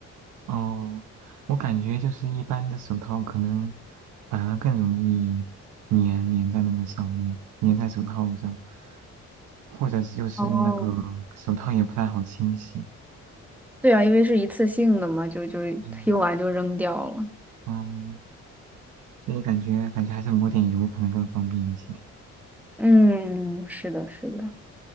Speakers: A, on the right; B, in the centre.
A: 哦，我感觉就是一般的手套可能反而更容易粘粘在那个上面，粘在手套上，或者是就是那个手套也不太好清洗。
B: 哦对啊，因为是一次性的嘛，就就用完就扔掉了。
A: 嗯嗯，所以感觉感觉还是抹点油可能更方便一些。
B: 嗯，是的，是的。